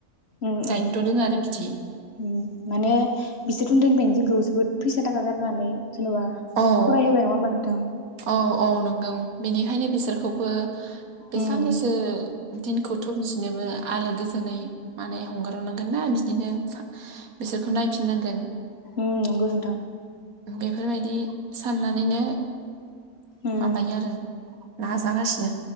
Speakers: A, on the left; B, on the right.
A: उम उम
B: दायथ'
A: उम
B: दोङो आरो बिदि
A: माने बिसोर उन्दैनिफ्रायनो जोंखौ। <unintelligible> फैसा थाखा गार होनानै जेन'बा
B: औ
A: फरायहोबाय नङा होमबा नोंथां।
B: औ औ नंगौ बेनिखायनो बिसोरखौबो। बे
A: उम
B: साननैसो। दिनखौथ' बिसोरनोबो आलो गोजोनै माने हगारनांगोनना बिदिनो। बिसोरखौ नायफिननांगोन।
A: उम नंगौ नोंथां
B: बेफोरबायदि साननानैनो।
A: उम
B: माबायो आरो नाजागासिनो।